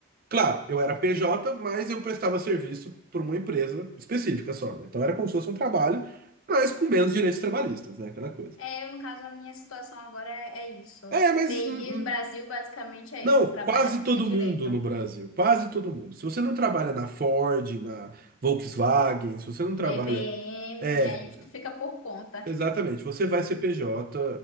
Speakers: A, on the right (about 45°); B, on the left (about 70°).
A: Claro, eu era PJ, mas eu prestava serviço por uma empresa específica só, né? Então era como se fosse um trabalho, mas com menos direitos trabalhistas, né? Aquela coisa.
B: É, eu, no caso, a minha situação agora é, é isso.
A: É, mas.
B: TI
A: hum,
B: no Brasil basicamente é
A: Não,
B: isso, trabalha
A: quase
B: sem
A: todo
B: ter direito.
A: mundo no Brasil, quase todo mundo. Se você não trabalha na Ford, na Volkswagen, se você não trabalha.
B: Na IBM,
A: É,
B: aí tu fica por conta.
A: exatamente, você vai ser PJ,